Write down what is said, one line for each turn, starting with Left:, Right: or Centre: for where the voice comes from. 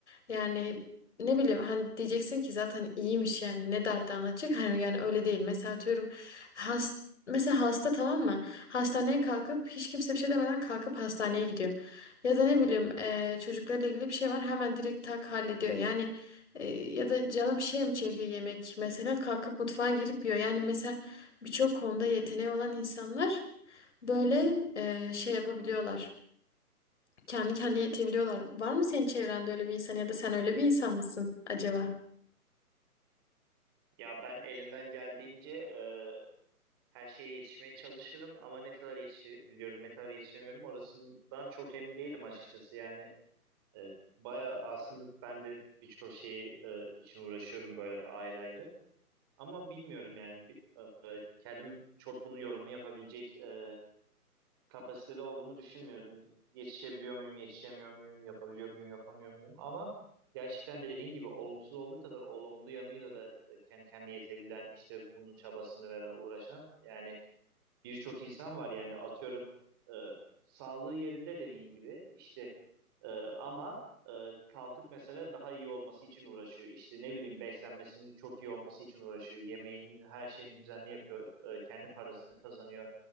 Left: Yani ne bileyim hani diyeceksin ki zaten iyiymiş yani ne derdi anlatacak hani yani öyle değil mesela atıyorum has, mesela hasta tamam mı hastaneye kalkıp hiç kimse bir şey demeden kalkıp hastaneye gidiyor. Ya da ne bileyim eee, çocuklarla ilgili bir şey var hemen direkt tak hallediyor. Yani eee, ya da canı bir şey mi çekiyor yemek mesela kalkıp mutfağa girip yiyor. Yani mesela birçok konuda yeteneği olan insanlar böyle eee, şey yapabiliyorlar. Kendi kendine yetebiliyorlar. Var mı senin çevrende öyle bir insan ya da sen öyle bir insan mısın acaba?
Right: Ya ben elimden geldiğince e, her şeye yetişmeye çalışırım ama ne kadar yetişebiliyorum, ne kadar yetişemiyorum orasından çok emin değilim açıkçası. Yani e, baya aslında ben de birçok şeyi e, için uğraşıyorum böyle ayrı ayrı. Ama bilmiyorum yani bir- e, kendim çok bunun yorumunu yapabilecek e, kapasitede olduğumu düşünmüyorum. Yetişebiliyor muyum, yetişemiyor muyum, yapabiliyor muyum, yapamıyor muyum? Ama gerçekten dediğin gibi olumsuz olduğu kadar olumlu yanıyla da e, kendi kendine yetebilen, işte bunun çabasını veren, uğraşan yani birçok insan var yani atıyorum e, sağlığı yerinde dediğin gibi işte e, ama e, kalkıp mesela daha iyi olması için uğraşıyor. İşte ne bileyim beslenmesinin çok iyi olması için uğraşıyor. Yemeğin her şeyini düzenli yapıyor. E, kendi parasını kazanıyor.